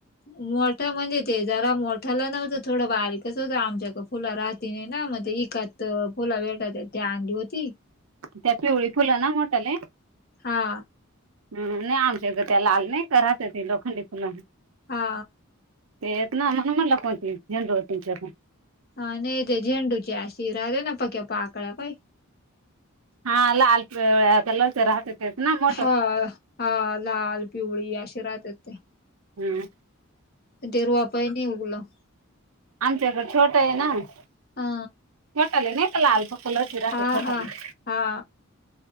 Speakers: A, on the left; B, on the right.
A: मोठं म्हणजे ते जरा मोठ्याला नव्हतं थोडं बारीकच होतं आमच्या एक फुला राहती नाही ना मग ते एकात फुल वेटाळतात त्या अंडी होती.
B: त्यात पिवळी फुलं ना मोठाले.
A: हा.
B: हम् नाही आमच त्या लाल नाही का राहत्यात लोखंडी फुल.
A: हा.
B: ते इतना म्हणुन म्हणटल कोेणती झेंडू आहेत तुमच्या
A: हा नाही ते झेंडूच्या अशी रावे न पक्या पाकळ्या पाही
B: हा लाल कलर् च राहत्यात. तेच न मग
A: ह हा लाल पिवळी अशी राहत्यात त्या.
B: हम्म
A: देरू वाय नाही उ बोला.
B: आमच्या इकड छोट आहे ना छोट
A: हा
B: ल नाही का लाल फक्त ल पिरा
A: हा
B: कठ खली.
A: हा हा